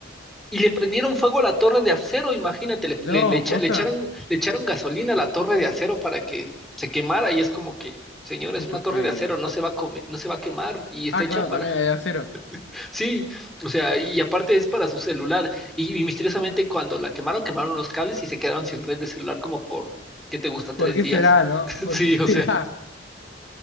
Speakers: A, in the centre; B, on the left.
A: y le prendieron fuego a la torre de acero, imagínate, le, le-
B: No,
A: le echa-
B: posta.
A: le echaron, le echaron gasolina a la torre de acero para que se quemara y es como que, señor,
B: Mucho
A: es una
B: Facebook.
A: torre de acero, no se va a comer, no se va a quemar y está
B: Ah,
A: hecha
B: claro,
A: para,
B: también la de acero.
A: <laughs> sí, o sea, y aparte es para su celular y, y misteriosamente cuando la quemaron, quemaron los cables y se quedaron sin red de celular como por, ¿qué te gusta? Tres
B: ¿Por qué
A: días.
B: será, no?
A: <laughs>
B: ¿Por
A: Sí,
B: qué
A: o
B: será?
A: sea,